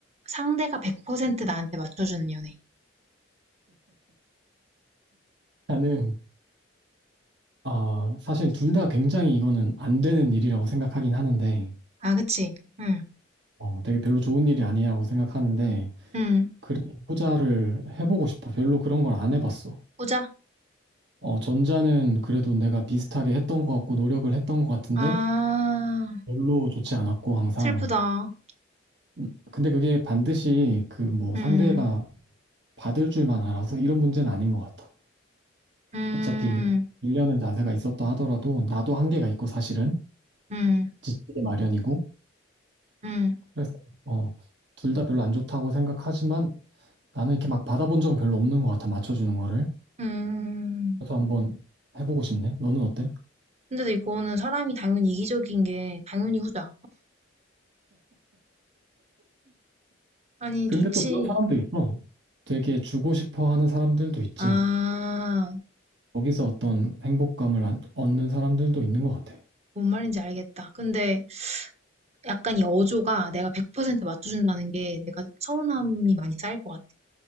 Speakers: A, on the right (about 30°); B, on the right (about 55°).
A: 상대가 100% 나한테 맞춰주는 연애.
B: 나는, 아, 사실 둘 다 굉장히 이거는 안 되는 일이라고 생각하긴 하는데,
A: 아, 그치? 응,
B: 어, 되게 별로 좋은 일이 아니라고 생각하는데,
A: 응.
B: 그래도 후자를 해보고 싶어. 별로 그런 걸 안 해봤어.
A: 보자.
B: 어, 전자는 그래도 내가 비슷하게 했던 것 같고, 노력을 했던 것 같은데,
A: 아,
B: 별로 좋지 않았고, 항상.
A: 슬프다.
B: 음, 근데 그게 반드시 그 뭐
A: 응,
B: 상대가 받을 줄만 알아서 이런 문제는 아닌 것 같아.
A: 응,
B: 어차피 1년은 자세가 있었다 하더라도 나도 한계가 있고 사실은
A: 응,
B: 지치기 마련이고
A: 응,
B: 그래서 어, 둘 다 별로 안 좋다고 생각하지만 나는 이렇게 막 받아본 적은 별로 없는 것 같아 맞춰주는 거를
A: 응.
B: 그래서 한번 해보고 싶네 너는 어때?
A: 근데 이거는 사람이 당연히 이기적인 게 당연히 후자. 아니,
B: 근데
A: 좋지.
B: 또 그런 사람도 있어 되게 주고 싶어 하는 사람들도 있지
A: 아,
B: 거기서 어떤 행복감을 안- 얻는 사람들도 있는 것 같아
A: 뭔 말인지 알겠다. 근데 약간 이 어조가 내가 100% 맞춰준다는 게 내가 서운함이 많이 쌓일 것 같아.